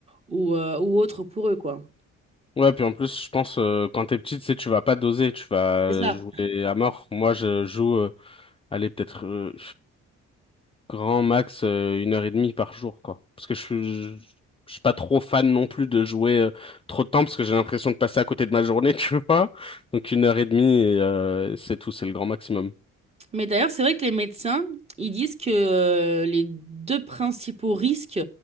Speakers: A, on the right; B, on the left.
A: ou, euh, ou autre pour eux, quoi.
B: Ouais, puis en plus, je pense euh, quand t'es petit, tu sais, tu vas pas doser, tu vas
A: C'est ça.
B: jouer à mort. Moi, je joue. euh, allez, peut-être. euh, Grand max, euh, une heure et demie par jour, quoi. Parce que je suis, je, je suis pas trop fan non plus de jouer euh, trop de temps parce que j'ai l'impression de passer à côté de ma journée, <laughs> tu vois. Donc une heure et demie, et, euh, c'est tout, c'est le grand maximum.
A: Mais d'ailleurs, c'est vrai que les médecins, ils disent que euh, les deux principaux risques